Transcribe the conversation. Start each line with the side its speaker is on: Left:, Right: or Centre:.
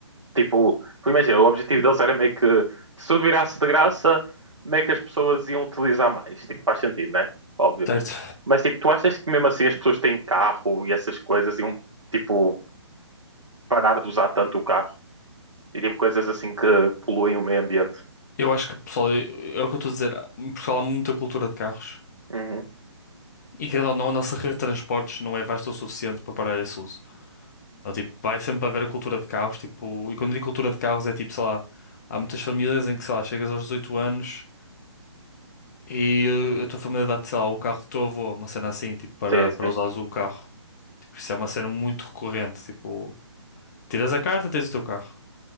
Right: tipo, porque imagina, o objetivo deles era meio que, se tudo virasse de graça, meio que as pessoas iam utilizar mais, tipo, faz sentido, né? Óbvio.
Left: certo.
Right: Mas tipo, tu achas que mesmo assim as pessoas têm carro e essas coisas iam tipo parar de usar tanto o carro? E tipo coisas assim que poluem o meio ambiente.
Left: Eu acho que, pessoal, é o que eu estou a dizer. Em Portugal há muita cultura de carros.
Right: Uhum.
Left: E querendo ou não, a nossa rede de transportes não é vasta o suficiente para parar esse uso. Então, tipo, vai sempre haver a cultura de carros. Tipo, e quando digo cultura de carros é tipo, sei lá, há muitas famílias em que, sei lá, chegas aos 18 anos e eh, a tua família dá-te, sei lá, o carro do teu avô, uma cena assim, tipo, para,
Right: Sim,
Left: para
Right: sim.
Left: usares o carro. Tipo, isso é uma cena muito recorrente. Tipo, tiras a carta, tens o teu carro.